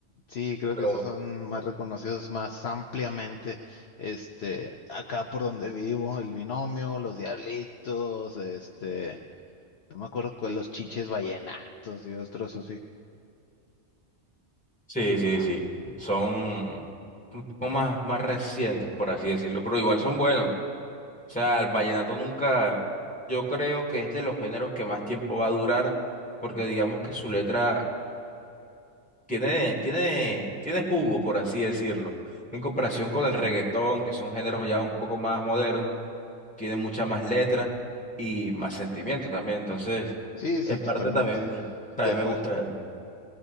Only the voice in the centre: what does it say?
Pero
sí, sí, sí. Son un poco más, más recientes, por así decirlo, pero igual son buenos. O sea, el vallenato nunca, yo creo que es de los géneros que más tiempo va a durar, porque digamos que su letra tiene, tiene, tiene jugo, por así decirlo. En comparación con el reggaetón, que son géneros ya un poco más modernos, tiene mucha más letra y más sentimiento también. Entonces,
en
parte también, también
me gusta. eso.